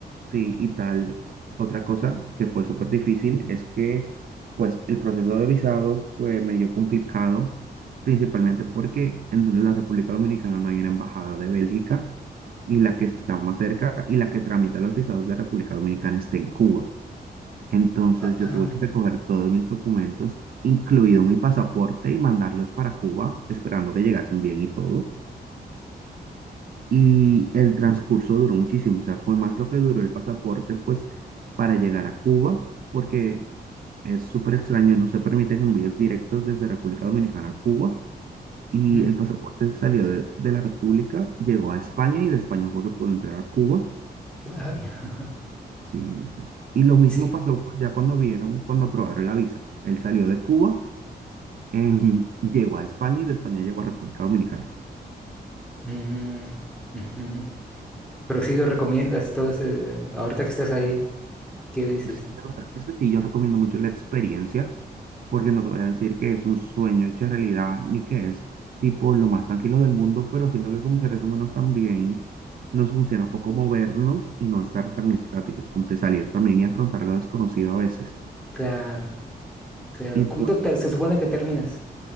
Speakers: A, on the right; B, in the centre.
A: sí, y tal. Otra cosa que fue súper difícil es que, pues, el proceso de visado fue medio complicado, principalmente porque en la República Dominicana no hay una embajada de Bélgica, y la que está más cerca y la que tramita los visados de República Dominicana está en Cuba. Entonces
B: Ah,
A: yo
B: ah,
A: tuve que recoger todos mis documentos, incluido mi pasaporte, y mandarlos para Cuba, esperando que llegasen bien y todo. Y el transcurso duró muchísimo, o sea, fue más lo que duró el pasaporte, pues, para llegar a Cuba, porque es súper extraño, no se permiten envíos directos desde República Dominicana a Cuba. Y
B: mm,
A: el pasaporte salió de, de la República, llegó a España y de España fue que pudo entrar a Cuba.
B: ay, <laughs>
A: Sí, o sea, Y lo mismo
B: sí.
A: pasó pues, ya cuando vieron, cuando aprobaron la visa. Él salió de Cuba Em, llegó a España y de España llego a República Dominicana.
B: Mm, ujú. Pero sí lo recomiendas, todo ese- Ahorita que estás ahí, ¿qué dices?
A: Pues, Sí, la verdad, es que sí, yo recomiendo mucho la experiencia, porque no te voy a decir que es un sueño hecho realidad, ni que es tipo lo más tranquilo del mundo, pero siento que como seres humanos también nos funciona poco movernos y no estar tan estáticos, como que salir también y afrontar lo desconocido a veces.
B: Claro, claro.
A: Y pues,
B: ¿Cuándo te- se supone que terminas?